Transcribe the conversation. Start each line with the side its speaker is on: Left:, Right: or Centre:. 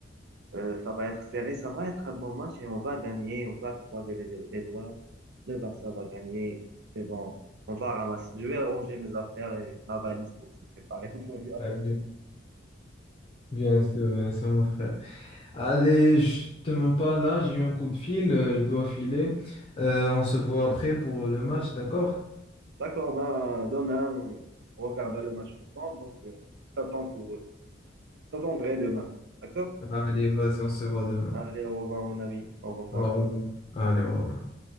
Right: euh, ça va être serré, ça va être un bon match et on va gagner, on va croiser les, les doigts, le Barça va gagner, c'est bon, on va ramasser, je vais ranger mes affaires et ma valise pour se préparer au voyage.
Left: Ah, bien, bien sûr, bien sûr, mon frère. Allez, je te mens pas là, j'ai eu un coup de fil, euh, je dois filer. Euh, on se voit après pour le match, d'accord?
Right: D'accord, ben demain, on regardera le match ensemble, donc euh, t'attends pour, t'attendrai demain, d'accord?
Left: Allez, vas-y, on se voit demain.
Right: Allez, au revoir mon ami, au revoir.
Left: Au revoir. Allez, au revoir.